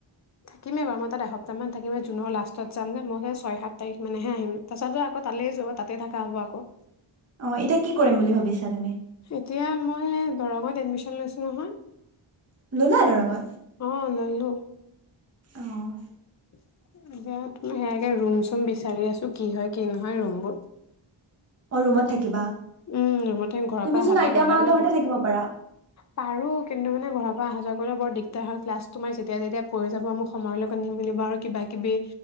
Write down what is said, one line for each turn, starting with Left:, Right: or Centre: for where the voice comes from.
Left: থাকিমেই বাৰু। মই তাত এসপ্তাহমান থাকিমে। জুনৰ লাষ্টত যাম যে মই। সেই, ছয়-সাত তাৰিখমানেহে আহিম। তাৰ পাছতো, আকৌ তালৈ যোৱা। তাতেই থাকা হ'ব, আকৌ
Right: অ', এতিয়া কি কৰিম বুলি ভাবিছা? তুমি
Left: এতিয়া মই দৰঙত এডমিশ্যন লৈছোঁ নহয়
Right: ল'লা দৰঙত?
Left: অ', ল'লোঁ।
Right: অ'।
Left: <unintelligible> সেয়াকে, ৰুম-চুম বিচাৰি আছোঁ। কি হয়, কি নহয়, ৰুমবোৰ
Right: অ', ৰুমত থাকিবা।
Left: উম, ৰোমত থাকিম। ঘৰৰ
Right: তুমিচোন
Left: পৰা আহা-যোৱা
Right: আইতা
Left: কৰিলে,
Right: মাহঁতৰ
Left: মানে
Right: ঘৰতে থাকিব পাৰা
Left: পাৰোঁ কিন্তু মানে, ঘৰৰ পৰা আহা-যোৱা, কৰিলে, বৰ দিগদাৰ হয়। ক্লাছটো, মই যেতিয়া-তেতিয়া পৰি যাব, মোক সময়ৰ লগত নিমিলিব। আৰু কিবা-কিবি